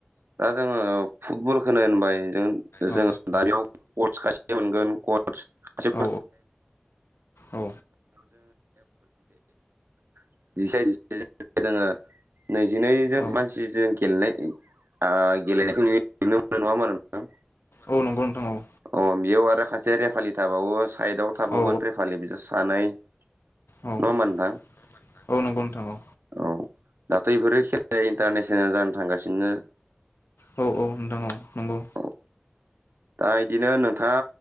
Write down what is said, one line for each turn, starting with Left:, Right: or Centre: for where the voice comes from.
Right: दा जोङो फुटबलखौनो होनबाय जों
Left: औ
Right: जों दानियाव कचस खासे मोनगोन कस
Left: औ औ
Right: <unintelligible> जिसे जिसेजों जोङो नैजिनैजों
Left: औ
Right: मानसि जों गेलेनाय ओ गेलेनायखौ नुयो नुनो मोनो नङा होमबा नोंथां?
Left: औ नंगौ नोंथां औ।
Right: अ बेयाव आरो खासे रेफालि थाबावो साइदआव थाबावगोन
Left: औ
Right: रेपालि बिसोर सानै नङा
Left: औ औ
Right: होमबा नोंथां
Left: नंगौ नोंथां औ।
Right: औ दाथ' इफोरो खेलाया इन्टारनेसनेल जानो थांगासिनो।
Left: औ औ नोंथां औ नंगौ।
Right: औ औ। दा इदिनो नोंथाङा